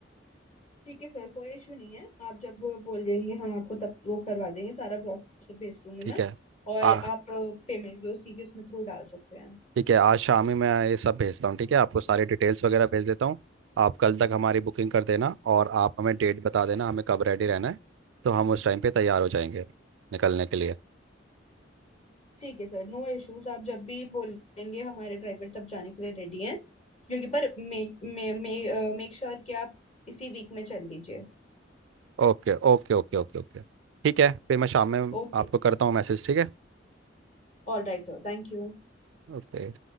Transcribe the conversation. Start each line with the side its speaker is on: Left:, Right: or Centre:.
Left: ठीक है सर कोई इशू नहीं है आप जब वो बोल देंगे हम आपको तब वो करवा देंगे सारा ब्रोशर भेज दूंगी
Right: ठीक
Left: मैं
Right: है
Left: और
Right: आ
Left: आप पेमेंट भी उसी के उसमें थ्रू डाल सकते हैं
Right: ठीक है आज शाम ही मैं ये सब भेजता हूँ ठीक है आपको सारी डिटेल्स वगैरह भेज देता हूँ आप कल तक हमारी बुकिंग कर देना और आप हमें डेट बता देना हमें कब रेडी रहना है तो हम उस टाइम पे तैयार हो जाएंगे निकलने के लिए
Left: ठीक है सर नो इश्यूज आप जब भी बोलेंगे हमारे ड्राइवर तब जाने के लिए रेडी हैं क्योंकि पर मेक मे, मे, मेक श्योर कि आप इसी वीक में चल लीजिए
Right: Okay okay okay okay okay ठीक है फिर मैं शाम में
Left: Okay
Right: आपको करता हूँ मैसेज ठीक है
Left: All right sir thank you
Right: ओके